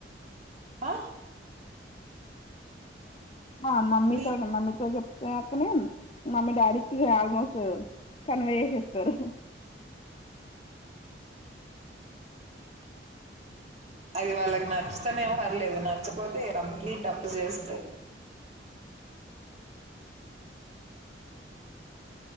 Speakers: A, on the right; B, on the left.
A: అ
B: ఆ మమ్మీతోనే
A: నీ
B: మమ్మీతో చెప్పినకనే మమ్మీ డాడీకి ఆల్మోస్ట్ కన్వే చేసేస్తారు
A: అది వాళ్ళకి నచ్చుతేనే ఏం పర్లేదు నచ్చపోతే కంప్లీట్ అప్పు చేస్తే